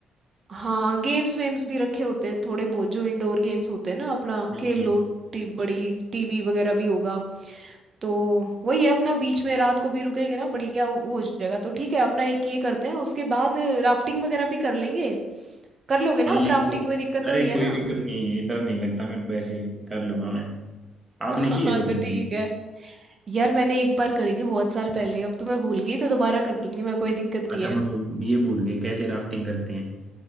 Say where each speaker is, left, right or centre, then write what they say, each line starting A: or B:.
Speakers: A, on the right; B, on the right.
A: हाँ गेम्स वेम्स भी रखे होते हैं थोड़े बहुत जो इंडोर गेम्स होते हैं ना अपना
B: बिल्कुल
A: खेल लो टी, बड़ी टीवी वगैरह भी होगा तो वही है अपना बीच में रात को भी रुकेंगे ना बढ़िया वो हो जाएगा तो ठीक है अपना एक ये करते हैं उसके बाद राफ्टिंग वगैरह भी कर लेंगे कर लोगे
B: हाँ
A: ना
B: ये
A: आप राफ्टिंग
B: तो
A: कोई दिक्कत तो
B: अरे
A: नहीं है
B: कोई
A: ना
B: दिक्कत नहीं है डर नहीं लगता मेरे को ऐसे कर लूंगा मैं आपने
A: <laughs>
B: की है
A: हाँ
B: कभी
A: तो
B: भी?
A: ठीक है यार मैंने एक बार करी थी बहुत साल पहले अब तो मैं भूल गई तो दोबारा कर लूंगी मैं कोई दिक्कत नहीं
B: अच्छा
A: है
B: मतलब ये भूल गए कैसे राफ्टिंग करते हैं